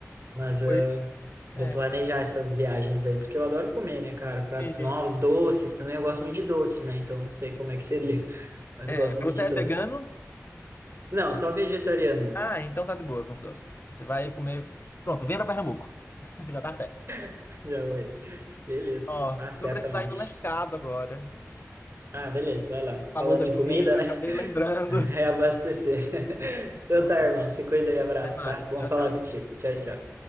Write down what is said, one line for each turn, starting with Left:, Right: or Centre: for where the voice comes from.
Right: Mas ah,
Left: Pois
Right: vou
Left: é.
Right: planejar essas viagens aí, porque eu adoro comer, né, cara? Pratos
Left: Sim, sim.
Right: novos, doces também. Eu gosto muito de doce, né? Então não sei como é que seria, <laughs> mas
Left: É,
Right: eu gosto muito
Left: você
Right: de doce.
Left: é vegano?
Right: Não, só vegetariano mesmo.
Left: Ah, então tá de boa com os doces. Você vai comer. Pronto, vem pra Pernambuco. <laughs> Já tá certo.
Right: <laughs> Já foi. Beleza.
Left: Ó,
Right: Ah, certamente.
Left: eu vou precisar ir no mercado agora.
Right: Ah, beleza, vai lá.
Left: Falou
Right: Falando
Left: da
Right: em
Left: comida,
Right: comida, né?
Left: acabei lembrando.
Right: <laughs> Reabastecer. <laughs> Então
Left: <laughs>
Right: tá, irmão. Se cuida e abraço,
Left: Até mais.
Right: tá? Bom
Left: Tchau,
Right: falar
Left: tchau.
Right: contigo. Tchau, tchau.